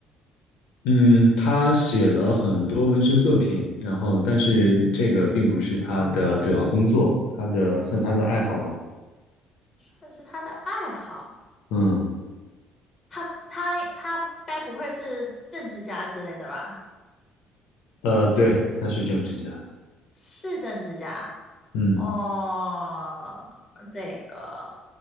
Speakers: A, on the left; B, on the left.
A: 嗯，他写了很多文学作品，然后但是这个并不是他的主要工作，他的算他的爱好吧。
B: 但是他的爱好，
A: 嗯，
B: 他他他该不会是政治家之类的吧？
A: 呃，对，他是政治家。
B: 是政治家。
A: 嗯
B: 哦，这个